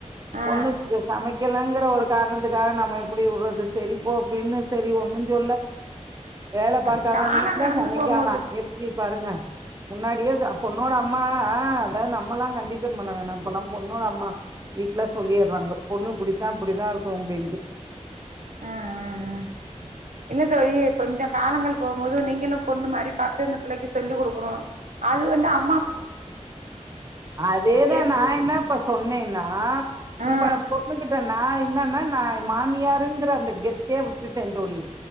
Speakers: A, on the right (about 80°); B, on the right (about 30°).
A: ஆ
B: பொண்ணுக்கு சமை க்கலெங்குற ஒரு காரணத்துக்காக நம்ம எப்பிடி உர்றது செரி போ அப்டின்னு செரி ஒன்னு சொல்ல வேல
A: அது
B: பாக்காதா
A: காலோ
B: வீட்ல
A: கடந்து
B: சமைக்காதா
A: போம்போது
B: எப்டி பாருங்க முன்னாடியே பொண்ணோட அம்மா ஆ அதா நம்மல்லா கண்டிசன் பண்ண வேணா அப்பல்லா பொண்ணோட அம்மா வீட்டுல சொல்லிடுறாங்க பொண்ணு இப்டித்தா இப்டித்தா இருக்கு அப்டின்ட்டு
A: ஆ ஆ ஆ என்னது அய்யய்யோ கொஞ்ச காலங்கள் போகும் போதுநீங்களு பொண்ணு மாரி பாத்து இந்த பிள்ளைக்கு சொல்லி குடுக்கணு அது வந்து அ
B: அதேதா
A: ஏத்துக்கிட்டு
B: நா என்ன இப்ப சொன்னேனா
A: ஆ
B: இப்ப பொண்ணுகிட்ட நா என்னன்னா நா மாமியாருன் ங்கர அந்த கெத்தே விட்டுட்டே தோழி